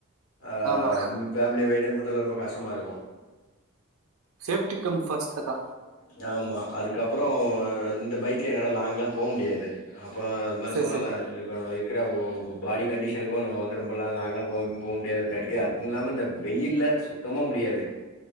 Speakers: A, on the left; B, on the right.
A: அ
B: ஆமா
A: ம் ஃபேமிலிய மென்ட்டெயின் பன்றதுல ரொம்ப கஷ்டமா இருக்கும்
B: செஃப்டிக்கம் பஸ்ட் அதா
A: ஆமா அதுக்கப்புறோ இந்த பைக்ல என்னால லாங்ல்லா போ முடியாது அப்புறோ அதுமாரி
B: சரி
A: சொன்னன்ல
B: சரி
A: இப்ப நா இருக்குற ப பாடி கண்டிஷனுக்கும் நம்ம வந்து நா லாங்களா போ போ முடியாது கடிக்கி அது இல்லாம இந்த வெயில சுத்தமா முடியாது